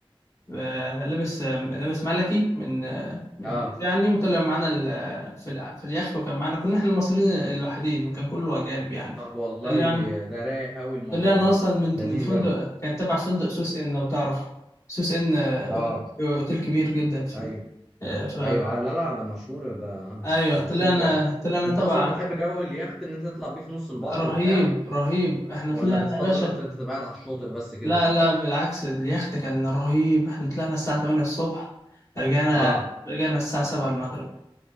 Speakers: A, on the left; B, in the centre.
A: آه، لابس آه، لابس ملكي من آه، من
B: اه
A: الجيش يعني وطلع معانا ال- آه، في ال- في اليخت وكان معانا كنا احنا المصريين الوحيدين وكان كله اجانب يعني
B: طب والله
A: طلعنا
B: ده رايق قوي الموضوع
A: اللي انا
B: ده
A: اصلا من
B: لذيذ
A: من فندق
B: قوي
A: كان تبع فندق سوس ان لو تعرفه سوس ان آه،
B: اه
A: اوتيل أوتيل كبير جدا في
B: ايوه
A: ال- آه، في الغردقه
B: ايوه ع- لا لا ده مشهور ده آه،
A: ايوه
B: مشهور
A: طلعنا
B: طبعا
A: طلعنا
B: انت
A: تبع
B: اصلا بتحب جو اليخت ان انت تطلع بيه في نص البحر
A: رهيب
B: وبتاع
A: رهيب احنا
B: ولا
A: طلعنا
B: بتفضل
A: يا باشا
B: اكتر انت تبقى قاعد على الشاطئ بس كده
A: لا لا بالعكس اليخت كان رهيب احنا طلعنا الساعه 8 الصبح رجعنا
B: اه
A: رجعنا الساعه 7 المغرب